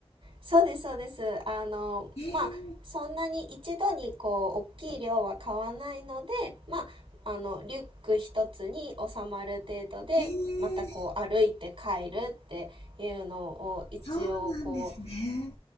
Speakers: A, on the right (about 60°); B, on the left (about 85°).
A: そうです、そうです。あの、
B: えー、
A: まあ、そんなに一度にこう、大きい量は買わないので、まあ、あの、リュック一つに収まる程度で、
B: えー、
A: またこう、歩いて帰るっていうのを一応こう、
B: そうなんですね。